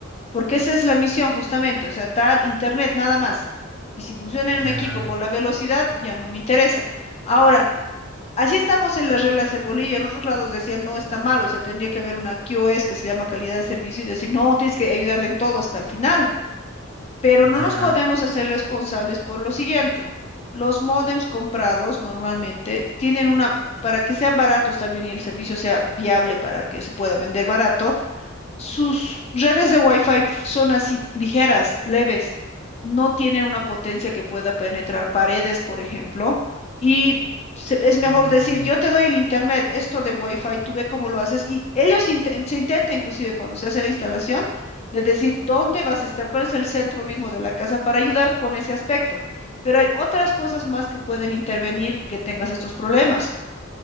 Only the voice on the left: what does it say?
Porque esa es la misión justamente, o sea, dar internet nada más. Y si funciona
en un equipo con la velocidad, ya no me interesa. Ahora, así estamos en las reglas en Bolivia. En otros lados decían, no, está mal, o sea, tendría que haber una QoS que se llama calidad de servicio y decir, no, tienes que ayudarle en todo hasta el final. Pero no
nos podemos hacer responsables por lo siguiente. Los módems comprados normalmente tienen una, para que sean baratos también y el servicio sea viable para que se pueda vender barato sus redes de Wi-Fi son así ligeras, leves, no tienen una potencia que pueda penetrar paredes, por ejemplo, y se- es
mejor decir, yo te doy el internet, esto del Wi-Fi, tú ve cómo lo haces, y ellos inten- se intenta inclusive cuando se hace la instalación de decir dónde vas a estar, cuál es el centro mismo de la casa para ayudar con ese aspecto, pero hay otras cosas más que pueden intervenir que tengas estos problemas.